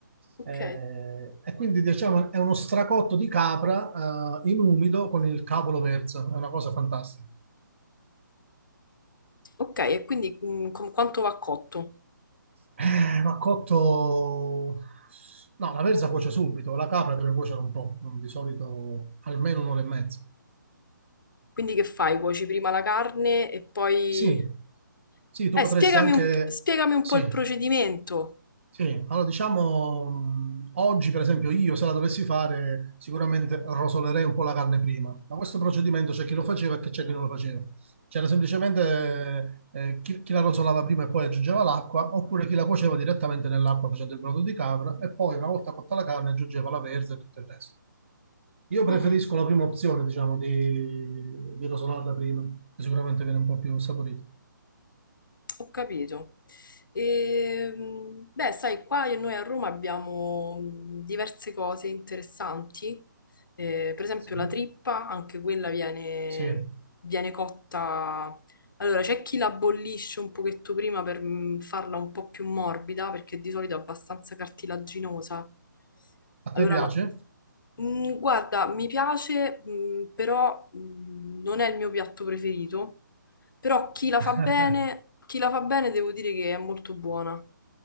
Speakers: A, on the left (about 75°); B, on the right (about 35°).
A: Ok,
B: Eh, e quindi diciamo è uno stracotto di capra eh, in umido con il cavolo verza, è una cosa fantastica.
A: ok, e quindi mm, com- quanto va cotto?
B: Eh, ma cotto... No, la verza cuoce subito, la capra deve cuocere un po', di solito almeno un'ora e mezza.
A: Quindi che fai? Cuoci prima la carne e poi...
B: Sì, sì, tu
A: Eh,
B: potresti
A: spiegami
B: anche...
A: un, spiegami un
B: Sì,
A: po' il procedimento.
B: Sì, allora diciamo mh, oggi per esempio io se la dovessi fare sicuramente rosolerei un po' la carne prima, ma questo procedimento c'è chi lo faceva e che c'è chi non lo faceva. C'era semplicemente eh, chi, chi la rosolava prima e poi aggiungeva l'acqua, oppure chi la cuoceva direttamente nell'acqua facendo il brodo di capra e poi una volta cotta la carne aggiungeva la verza e tutto il resto. Io preferisco
A: Mhm.
B: la prima opzione, diciamo, di, di rosolarla prima, che sicuramente viene un po' più saporita.
A: Ho capito. E, mh, beh, sai, qua noi a Roma abbiamo mh, diverse cose interessanti. Eh, per esempio
B: Sì.
A: la trippa, anche quella viene,
B: Sì,
A: viene cotta. Allora, c'è chi la bollisce un pochetto prima per mh, farla un po' più morbida, perché di solito è abbastanza cartilaginosa.
B: a
A: Allora,
B: te piace?
A: ma mh, guarda, mi piace, mh, però mh, non è il mio piatto preferito. Però chi la
B: <laughs>
A: fa bene, chi la fa bene devo dire che è molto buona.